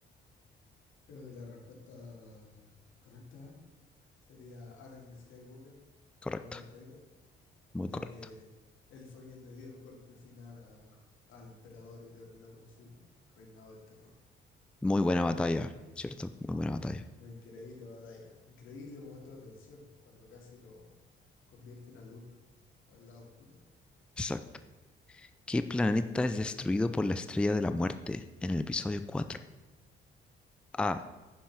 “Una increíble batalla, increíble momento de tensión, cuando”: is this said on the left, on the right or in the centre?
Left